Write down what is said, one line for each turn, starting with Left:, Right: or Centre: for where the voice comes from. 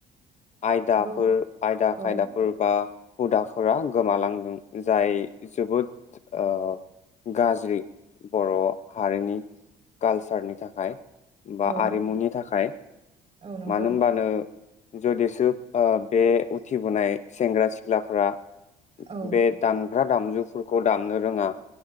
Left: आयदाफोर
Right: गम
Left: आयदा
Right: औ
Left: खायदाफोर बा हुदाफोरा गोमालांदों जाय जोबोद ओ गाज्रि बर' हारिनि कालसारनि थाखाय। बा
Right: औ
Left: आरिमुनि थाखाय
Right: औ नंगौ
Left: मानो होमबानो जुदिसो ओ बे उथिबोनाय सेंग्रा सिख्लाफोरा
Right: औ
Left: बे दामग्रा दामजुफोरखौ दामनो रोङा